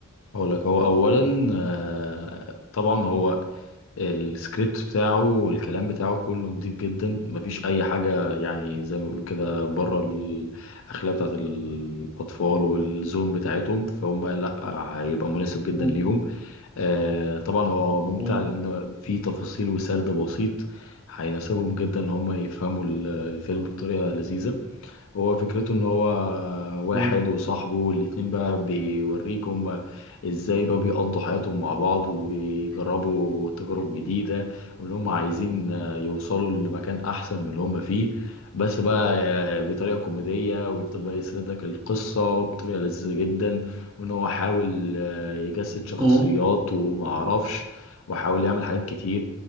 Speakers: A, on the left (about 65°); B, on the right (about 25°).
A: هقول لك هو اولا آه، طبعا هو السكريبت بتاعه والكلام بتاعه كله نضيف جدا مفيش اي حاجه يعني زي ما بيقولوا كده بره الاخلاق بتاعت الاطفال والزوم بتاعتهم فهم لا هيبقى مناسب جدا
B: مم.
A: ليهم آه طبعا هو ممتع
B: مم.
A: لان في تفاصيل وسرد بسيط هيناسبهم جدا ان هم يفهموا ال- الفيلم بطريقه لذيذه هو فكرته ان هو واحد
B: مم.
A: وصاحبه والاتنين بقى بيوريك هما ازاي بقى بيقضوا حياتهم مع بعض ويجربوا تجارب جديدة وان هما عايزين يوصلوا لمكان احسن من اللي هما فيه بس بقى بطريقة كوميدية ويفضل بقى يسرد لك القصة بطريقة لذيذة جدا وان هو حاول يجسد شخصيات
B: مم.
A: ومعرفش وحاول يعمل حاجات كتير